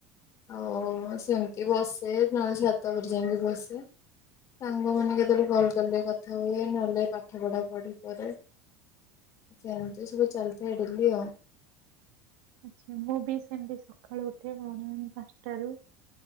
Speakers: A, on the left (about 45°); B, on the right (about 70°).
A: ଆଉ ସେମିତି ବସେ ନହେଲେ ଛାତ ଉପରେ ଯାଇକି ବସେ। ସାଙ୍ଗମାନେ
B: ହଁ।
A: କେତେବେଳେ କଲ କଲେ କଥା ହୁଏ ନହେଲେ ପାଠ ପଢା କରେ। ସେମିତି ସବୁ ଚାଲିଥାଏ ଡେଲି ଆଉ
B: ଆଛା ମୁଁ ବି ସେମିତି ସକାଳୁ ଉଠେ ମନିଙ୍ଗି ପାଞ୍ଚଟରୁ